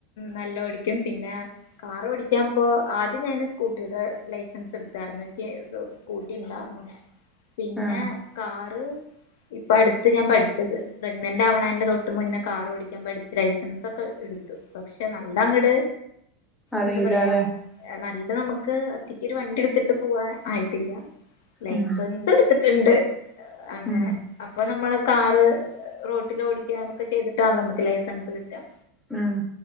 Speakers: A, on the left (about 75°); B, in the centre.
A: നല്ല ഓടിക്കും പിന്നെ കാർ ഓടിക്കാൻപ്പോ ആദ്യം ഞാന് സ്കൂട്ടിയുടെ ലൈസൻസ് എടുത്താരുന്നു എനിക്ക് സ്കൂട്ടി ഉണ്ടായിരുന്നു പിന്നെ
B: ആ
A: കാറ് ഇപ്പ അടുത്ത് ഞാൻ പഠിച്ചത് പ്രഗ്നന്റ് ആവണന്റെ ന്റെ തൊട്ട് മുന്നേ കാറ് ഓടിക്കാൻ പഠിച്ചു ലൈസൻസ് ഒക്കെ എടുത്തു പക്ഷെ നല്ല അങ്ങട്
B: അറിയിലാല്ലേ
A: എന്താ പറയാ നല്ല നമുക്ക് ഒറ്റയ്ക്ക ഒരു വണ്ടി എടുത്തിട്ട് പോവാൻ ആയിട്ടില്ല ലൈസൻസ്
B: ഉം
A: എടു എടുത്തിട്ടുണ്ട് അങ്ങനെ
B: ഉം
A: അപ്പൊ നമ്മള് കാറ് റോട്ടിൽ ഓട കൊക്കെ ചെയ്തിട്ടാണോ നമുക്ക് ലൈസൻസ് കിട്ടാം
B: ഉം